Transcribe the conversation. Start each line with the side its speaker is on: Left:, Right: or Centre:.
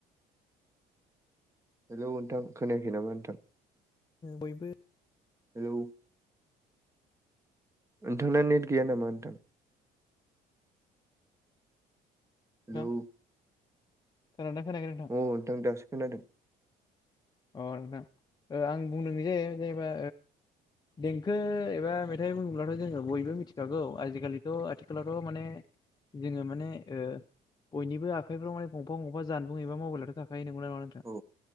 Right: हेलौ नोंथां खोनायाखै नामा नोंथां
Left: बयबो
Right: हेलौ नोंथांना नेट गैया नामा नोंथां
Left: नोंथां
Right: हेलौ
Left: खोनादोंना खोनायाखै
Right: अ नोंथां दासो खोनादों
Left: अ नोंथां आं बुंदों जे जेनेबा देंखो एबा मेथाइ बुङोब्लाथ' जोङो बयबो मिथिखागौ आजिखालिथ' आथिखालावथ' माने जोङो माने बयनिबो आखाइफ्राव माने गंफा गंबा जानबुं एबा मबाइलावथ' थाखा यो नंगौना नङा नोंथां
Right: औ